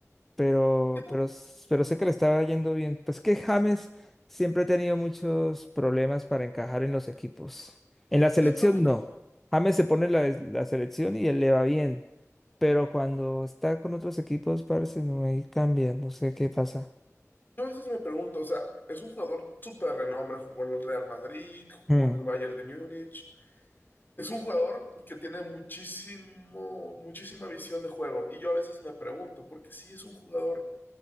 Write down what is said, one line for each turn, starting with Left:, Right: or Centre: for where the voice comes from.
Centre: pero,
Left: ¿Qué tal?
Centre: pero, s- pero sé que le estaba yendo bien. Pues que James siempre ha tenido muchos problemas para encajar en los equipos. En la selección
Left: Te he preguntado.
Centre: no. James se pone la, la selección y él le va bien. Pero cuando está con otros equipos, parece no, ahí cambia. No sé qué pasa.
Left: Yo a veces me pregunto, o sea, es un jugador súper renombre, jugó en el Real Madrid, jugó
Centre: Mm.
Left: en el Bayern de Múnich. Es un jugador que tiene muchísimo, muchísima visión de juego. Y yo a veces me pregunto, ¿por qué si es un jugador